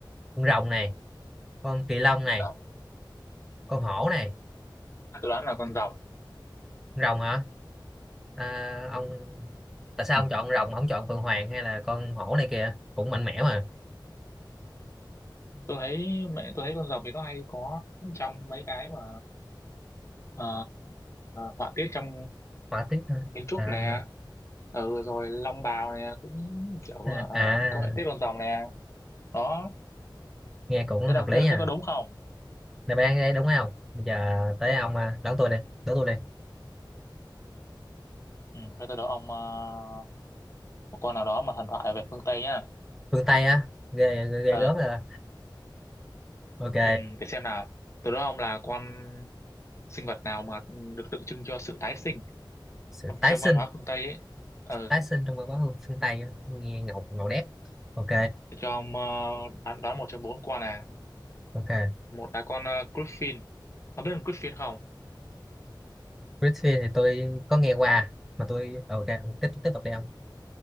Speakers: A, in the centre; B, on the left.
A: con rồng này con kỳ lân này
B: rồng
A: con hổ này
B: tôi đoán là con rồng
A: con rồng hả à,
B: ừ.
A: ông tại sao
B: Ừ.
A: ông chọn rồng mà không chọn phượng hoàng hay là con hổ này kìa cũng mạnh mẽ mà
B: tôi thấy mẹ tôi thấy con rồng thì nó hay có trong mấy cái mà ờ, họa tiết trong
A: hỏa tiết hả?
B: kiến trúc
A: à,
B: nè ừ rồi Long Bào nè cũng kiểu
A: à,
B: ờ,
A: à
B: có hệ tiết con rồng nè đó
A: nghe cũng
B: thế đâu
A: hợp lý
B: thế,
A: nha
B: thế có đúng không
A: đáp án đấy đúng không bây giờ tới ông à, đón tôi đi đón tôi đi
B: ừ, thế tôi đố ông ờ, một con nào đó mà thần thoại về phương Tây nhá
A: phương Tây á ghê ghê, ghê
B: ờ
A: gớm rồi đó. ok
B: ừ, để xem nào tôi đố ông là con sinh vật nào mà được tượng trưng cho sự tái sinh
A: sự
B: trong
A: tái
B: trong
A: sinh
B: văn hóa phương Tây ấy ờ
A: tái sinh trong văn hóa phương, phương Tây á, nghe ngầu ngầu đét ok
B: để cho ông ờ, đoán đoán một trong bốn con này
A: ok
B: một là con ờ, Griffin ông biết con Griffin không
A: Britfield thì tôi có nghe qua mà tôi ờ, ok ông tiếp tiếp tục đi ông